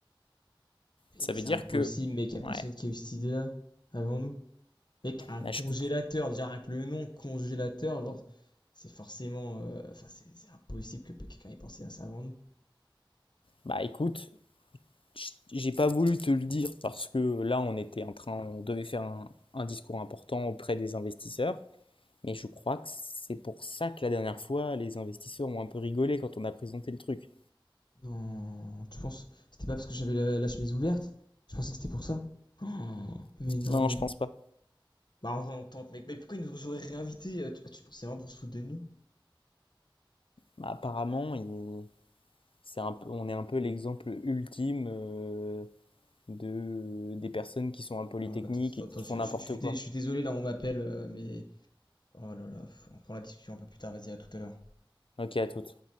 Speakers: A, on the left; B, on the left.
A: Mais
B: Ça
A: c'est
B: veut dire
A: impossible,
B: que,
A: mec, y a personne
B: ouais,
A: qui a eu cette idée-là avant nous. Mec, un
B: là,
A: congélateur,
B: je comprends.
A: déjà rien que le nom, congélateur, genre, c'est forcément, euh, enfin, c'est c'est impossible que quelqu'un ait pensé à ça avant nous.
B: Bah, écoute, j- j'ai pas voulu te le dire parce que là, on était en train, on devait faire un, un discours important auprès des investisseurs. Mais je crois que c'est pour ça que la dernière fois, les investisseurs ont un peu rigolé quand on a présenté le truc.
A: Non, tu penses, c'était pas parce que j'avais la, la chemise ouverte? Je pensais que c'était pour ça. Oh, mais non,
B: Non,
A: mais,
B: je pense pas.
A: bah, en vrai, on tente, mec. Mais pourquoi ils nous auraient réinvités? Euh, Tu, ah, tu pensais vraiment pour se foutre de nous?
B: Bah, Apparemment, il- c'est un peu- on est un peu l'exemple ultime euh, de, des personnes qui sont à Polytechnique
A: Ah, Attends,
B: et
A: attends, attends,
B: qui font
A: je,
B: n'importe
A: je- je suis dé-
B: quoi.
A: je suis désolé, là, on m'appelle, euh, mais... Oh là là, on prend la discussion un peu plus tard, vas-y, à tout à l'heure.
B: Ok, à toutes.